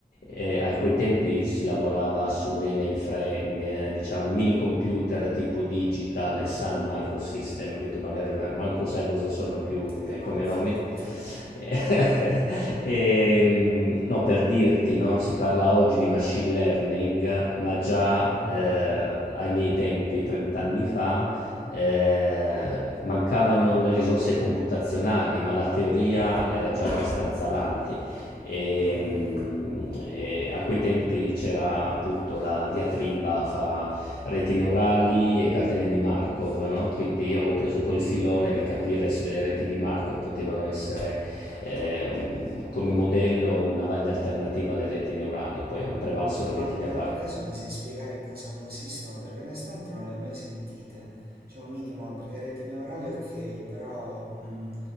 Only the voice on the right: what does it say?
Eh no,
infatti.
Mh-mh.
Mh-mh.
Mh-mh.
Mh-mh.
Ma,
ehm, per caso mi sai spiegare in cosa consistono? Perché onestamente non le ho mai sentite. Cioè un minimo, perché retine orali ok, però mh,